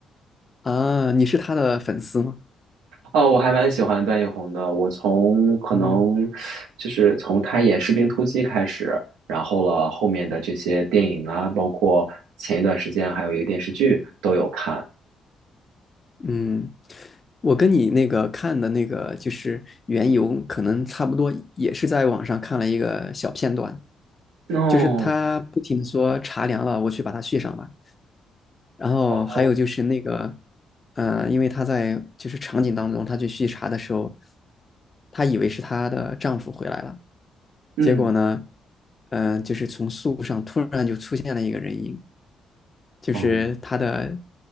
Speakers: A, on the left; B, on the right.
A: 啊，你是他的粉丝吗？
B: 哦，我还蛮喜欢段奕宏的，我从可能就是从他演《士兵突击》开始，
A: 嗯
B: 然后了后面的这些电影啊，包括前一段时间还有一个电视剧都有看。
A: 嗯，我跟你那个看的那个就是缘由，可能差不多，也是在网上看了一个小片段。
B: 哦，
A: 就是他不停地说茶凉了，我去把它续上吧。然后还有就是那个，
B: 哦，
A: 呃，因为她在就是场景当中，她去续茶的时候，她以为是她的丈夫回来了，
B: 嗯，
A: 结果呢，嗯、就是从树上突然就出现了一个人影，就是她的，
B: 哦，